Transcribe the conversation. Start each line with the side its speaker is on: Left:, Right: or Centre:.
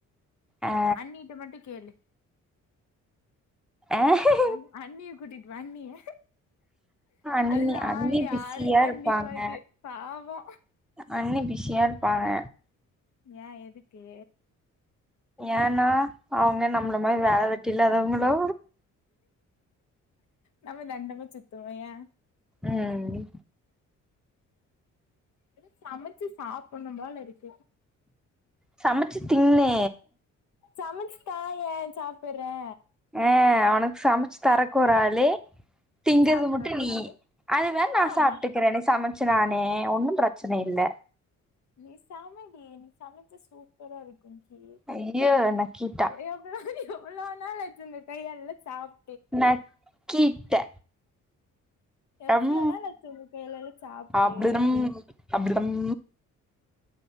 Centre: ஆ
Left: அண்ணிட்ட மட்டு கேலு
Centre: ஆஹஹ
Left: அண் அண்ணிய குட்டிட்டு வா அண்ணிய
Centre: அண்ணி
Left: அல்லா
Centre: அண்ணி
Left: யாருக்கா
Centre: பிஸியா இருப்பாங்க
Left: நீயு அது பாவோ
Centre: அண்ணி பிஷியா இருப்பாங்க
Left: ஏ எதுக்கு
Centre: ஏன்னா அவங்க நம்மள மாரி வேல வெட்டி இல்லாதவங்களோ
Left: நம்ம தண்டமா சுத்துவோ யே
Centre: ம் ம்
Left: எத சமச்சு சாப்புட்ணு போல இருக்கு
Centre: சமச்சு தின்னு
Left: சமச்சு தாயே சாப்புறே
Centre: ஆ ஒனக்கு சமச்சு தரக்கு ஒரு ஆளு திங்குறது
Left: சாப்புட்ற
Centre: மட்டு
Left: பரவாலே
Centre: நீ அதுதா நா
Left: ஆமா
Centre: சாப்ட்டுக்குறே சமச்சுனானே ஒன்னு பிரச்சன இல்ல
Left: நீ சமடி நீ சமச்ச சூப்பரா இருக்கு டி
Centre: ஐயோ நக்கீட்டா
Left: ஏ எவ்ளோ நாளாச்சே உங்க கையாலெல்லா சாப்
Centre: நக்கிட்ட
Left: எவ்ளோ
Centre: அம்
Left: நாள் ஆச்சு உங்க கையாலலா சாப்ட்டு
Centre: அப்ளம் அப்ளம்